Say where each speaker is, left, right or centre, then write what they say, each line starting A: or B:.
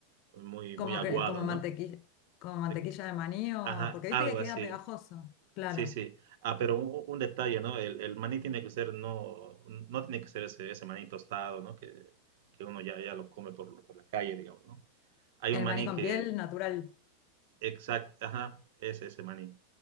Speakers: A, on the right; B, on the left.
A: muy,
B: como,
A: muy aguado,
B: que, como, mantequilla,
A: ¿no?
B: como mantequilla
A: Eh,
B: de maní, o,
A: Ajá,
B: porque viste
A: algo
B: que queda
A: así.
B: pegajoso, claro.
A: Sí, sí. Ah, pero un, un detalle, ¿no? El, el maní tiene que ser, no, no tiene que ser ese, ese maní tostado, ¿no? Que, que uno ya, ya lo come por, por la calle, digamos, ¿no? Hay
B: El
A: un maní
B: maní con
A: que,
B: piel natural.
A: exacto, ajá, es ese maní,